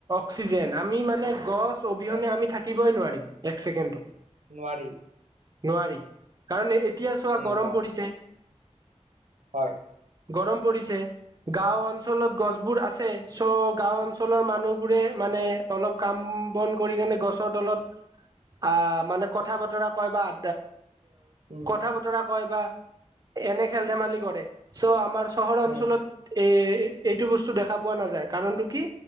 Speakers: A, on the right (about 35°); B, on the right (about 85°).
A: অক্সিজেন আমি মানে গছ অবিহনে
B: এ
A: আমি থাকিবই নোৱাৰিম এক ছেকেণ্ডতো।
B: নোৱাৰি
A: নোৱাৰি কাৰণ এতিয়া চোৱা
B: উম
A: গৰম
B: নোৱাৰ
A: পৰিছে,
B: হয়
A: গৰম পৰিছে গাও অঞ্চলত গছবোৰ আছে চ' গাও অঞ্চলৰ মানুহ বোৰে মানে অলপ কাম বন কৰি কেনে গছৰ তলত অ মানে কথা বতৰা কয় বা অ
B: উম
A: কথা বতৰা কয় বা এনে খেল ধেমালি কৰে চ' আমাৰ চহৰ অঞ্চলত
B: উম
A: এ এইটো বস্তু দেখা পোৱা নাযায় কাৰণতটো কি